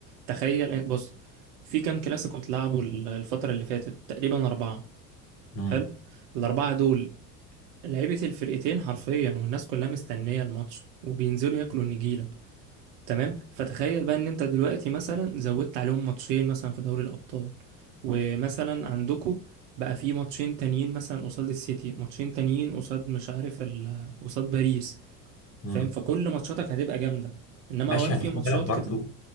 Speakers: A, on the right; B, on the left.
A: تخيل بص في كام كلاسيكو اتلعبوا ال- الفترة اللي فاتت تقريبا أربعة
B: مم.
A: حلو الأربعة دول لعيبة الفرقتين حرفيا والناس كلها مستنية الماتش وبينزلوا ياكلوا النجيلة تمام فتخيل بقى ان انت دلوقتي مثلا زودت عليهم ماتشين مثلا في دوري الابطال ومثلا عندكو بقى في ماتشين تانيين مثلا قصاد السيتي ماتشين تانيين قصاد مش عارف ال- قصاد باريس
B: مم.
A: فاهم فكل ماتشاتك هتبقى جامده انما
B: ماشي
A: اوقات
B: انت
A: في
B: خد
A: ماتشات
B: بالك برضو
A: كده